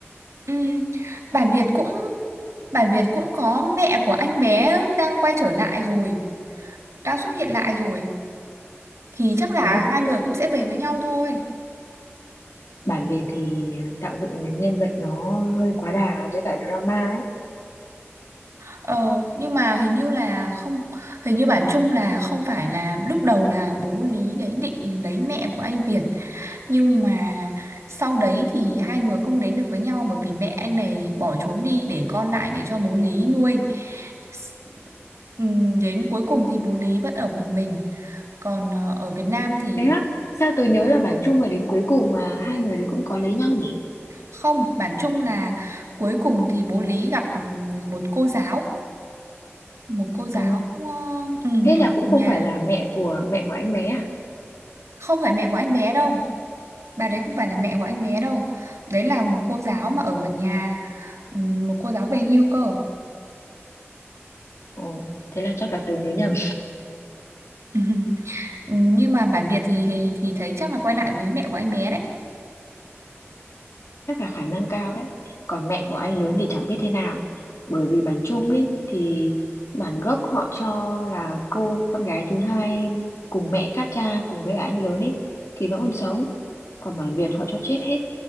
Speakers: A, on the right (about 85°); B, on the left (about 80°).
A: Ừm, Bản Việt cũng bản Việt cũng có mẹ của anh bé đang quay trở lại rồi, đang xuất hiện lại rồi thì chắc là
B: đúng rồi
A: hai
B: nhưng
A: người
B: mà
A: cũng sẽ về với nhau thôi.
B: bản Việt thì tạo dựng nhân vật nó hơi quá đà với cả drama ấy
A: Ờ, nhưng mà hình như là không hình như bản chung là không phải là lúc đầu là bố Lý đấy định lấy mẹ của anh Việt nhưng mà sau đấy thì hai người không đến được với nhau bởi vì mẹ anh này bỏ trốn đi để con lại để cho bố Lý nuôi S- ừm, đến cuối cùng thì bố Lý vẫn ở một mình còn ờ, ở Việt Nam thì
B: thế á sao tớ nhớ là bản Trung mà đến cuối cùng mà hai người đấy cũng có lấy nhau nhỉ
A: không bản chung là cuối cùng thì bố Lý gặp ừm, một cô giáo một cô giáo
B: ừ.
A: ờ, ừ,
B: thế
A: ở
B: là cũng
A: nhà
B: không phải là mẹ của mẹ của anh bé à
A: không phải mẹ của anh bé đâu bà đấy không phải là mẹ của anh bé đâu đấy là một cô giáo mà ở gần nhà Ừ, một cô giáo về hưu cơ <laughs>
B: Ồ, thế là chắc là tớ nhớ nhầm
A: Ừ, Ừ, nhưng mà bản Việt thì thì thấy chắc là quay lại với mẹ của anh bé đấy
B: chắc là khả năng cao đấy còn mẹ của anh lớn thì chẳng biết thế nào bởi vì bản chung ấy thì bản gốc họ cho là cô con gái thứ hai cùng mẹ khác cha cùng với cả anh lớn ấy thì vẫn còn sống còn bản Việt họ cho chết hết